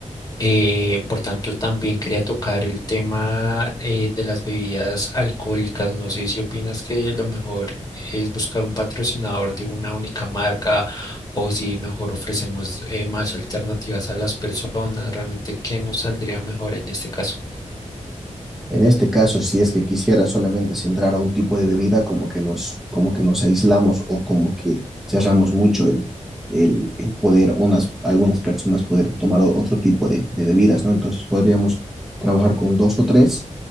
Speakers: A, on the left; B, in the centre.
A: Eh, por tanto, también quería tocar el tema eh, de las bebidas alcohólicas. No sé si opinas que lo mejor es buscar un patrocinador de una única marca o si mejor ofrecemos eh, más alternativas a las personas, realmente qué nos saldría mejor en este caso.
B: En este caso, si es que quisiera solamente centrar a un tipo de bebida, como que nos, como que nos aislamos o como que cerramos mucho el, el, el poder, unas, algunas personas poder tomar o- otro tipo de, de bebidas, ¿no? Entonces podríamos trabajar con dos o tres